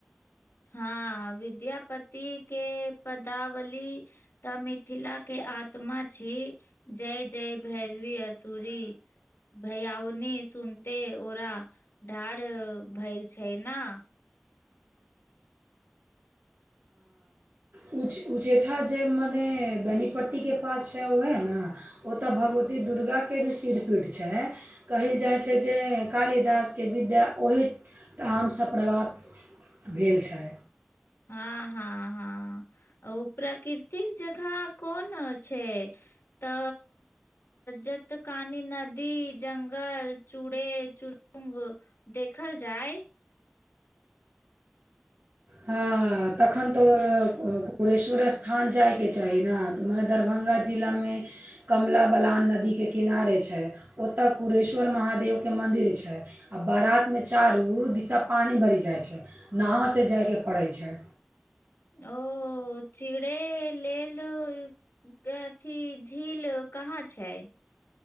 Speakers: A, on the left; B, on the right.
A: हँ विद्यापति के पदावली तऽ मिथिला के आत्मा छी जय जय भैरवी असूरी भैयाउनी सुनते ओरा ढार भेल छै ना
B: उच्च उचैठा जे मने बेनीपट्टीके पास छै ओहै न ओत भगवती दुर्गाके भी सिरपीट छै कहइल जाइ छै जे कालिदासके विद्या ओहीठामसँ प्राप्त भेल छै
A: हँ आ ओ प्राकृर्तिक जगह कोन अ छै त जत तकानी नदी जंगल चूड़े चड़ुंग देखल जाइ
B: हँ तखन तोर कुुरेश्वर स्थान जाइके चाही न त मने दरभंगा जिला मे कमला बलान नदीके किनारे छैय ओतय कुरेश्वर महादेवके मन्दिर छैय आ बारात मे चारू दिशा पानि भरि जाइ छै नावसँ जायके पड़ै छै
A: ओ चुड़े ले लो ग अथी झील कहाँ छैय